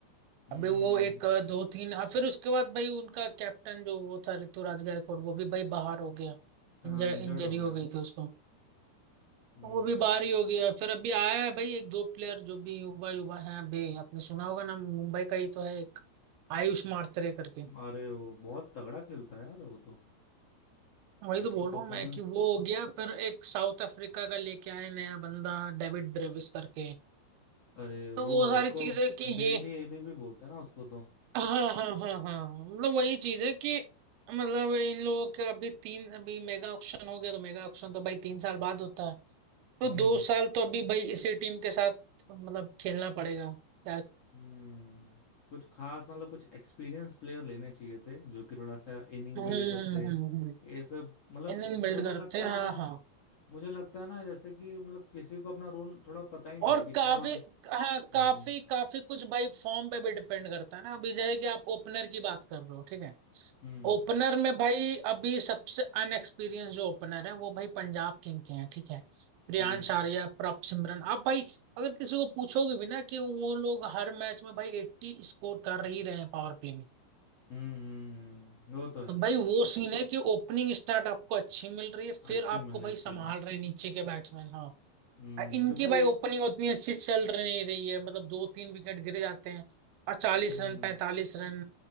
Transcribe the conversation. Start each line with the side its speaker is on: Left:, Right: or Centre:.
Left: हम्म
Right: अभी वो एक अ, दो तीन अ, फिर उसके बाद भाई उनका कैप्टन जो वो था ऋतुराज गायकवाड़ वो भी भाई बाहर हो गया
Left: हाँ
Right: इंजर,
Left: इंजर्ड
Right: इंजरी
Left: हो गया
Right: हो गई थी उसको
Left: हम्म
Right: वो भी बाहर ही हो गया फिर अभी आया है भाई एक दो प्लेयर जो भी युवा युवा हैं अभी आपने सुना होगा ना मुंबई का ही तो है एक आयुष मात्रे करके
Left: अरे वो बहुत तगड़ा खेलता है यार वो तो
Right: वही तो
Left: उसका
Right: बोल रहा
Left: परफॉर्मेंस
Right: हूँ मैं कि वो हो गया फिर एक साउथ अफ्रीका का लेके आए नया बंदा डेविड ब्रेविस करके
Left: अरे
Right: तो
Left: वो
Right: वो सारी
Left: उसको
Right: चीजें कि ये
Left: बेबी एबी भी बोलते हैं ना उसको तो
Right: हाँ हाँ हाँ हाँ मतलब वही चीज है कि मतलब इन लोगों का अभी तीन अभी मेगा ऑक्शन हो गया तो मेगा ऑक्शन तो भाई तीन साल बाद होता है तो
Left: हम्म
Right: दो साल तो अभी भाई इसी टीम के साथ मतलब खेलना पड़ेगा क्या
Left: हम्म कुछ खास मतलब कुछ एक्सपीरियंस प्लेयर लेने चाहिए थे जो कि थोड़ा सा इनिंग
Right: हम्म
Left: बिल्ड करते
Right: हम्म हम्म
Left: ये सब मतलब
Right: इंजन बिल्ड
Left: मुझे
Right: करते
Left: लगता
Right: हैं हाँ
Left: है ना
Right: हाँ
Left: मुझे लगता है ना जैसे कि मतलब किसी को अपना रोल थोड़ा पता ही नहीं
Right: और
Left: है कि कौन
Right: काफी हाँ काफी
Left: हम्म
Right: काफी कुछ भाई फॉर्म पे भी डिपेंड करता है ना अभी जैसे कि आप ओपनर की बात कर रहे हो ठीक है
Left: हम्म
Right: ओपनर में भाई अभी सबसे अनएक्सपीरियंस जो ओपनर है वो भाई पंजाब किंग के हैं ठीक है प्रियांश
Left: हम्म
Right: आर्या प्रभ सिमरन आप भाई अगर किसी को पूछोगे भी ना कि वो लोग हर मैच में भाई 80 स्कोर कर ही रहे हैं पावर प्ले में
Left: हम्म हम्म, हम्म, वो तो है
Right: तो भाई वो सीन है कि ओपनिंग स्टार्ट आपको अच्छी मिल रही है फिर
Left: अच्छी
Right: आपको
Left: मिलनी
Right: भाई संभाल
Left: चाहिए
Right: रहे हैं नीचे के बैट्समैन
Left: हम्म
Right: इनकी
Left: क्योंकि
Right: भाई ओपनिंग उतनी अच्छी चल रही नहीं रही है मतलब दो तीन विकेट गिरे जाते हैं और चालीस
Left: हम्म
Right: रन पैंतालीस रन